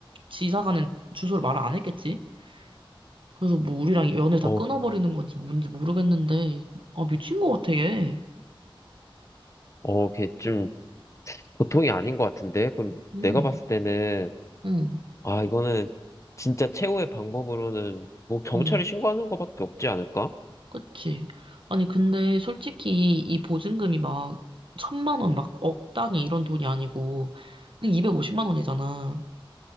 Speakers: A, on the right; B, on the left.
A: 지사 가는 주소를 말 안 했겠지? 그래서 뭐 우리랑 연을 다
B: 어,
A: 끊어버리는 건지 뭔지 모르겠는데, 아, 미친 것 같아, 얘.
B: 어, 걔 좀 고통이 아닌 것 같은데? 그럼
A: 응,
B: 내가 봤을 때는
A: 응,
B: 아, 이거는 진짜 최후의 방법으로는 뭐 경찰에
A: 응.
B: 신고하는 거밖에 없지 않을까?
A: 그치. 아니, 근데 솔직히 이 보증금이 막 천만 원, 막 억 단위 이런 돈이 아니고, 그냥 250만 원이잖아.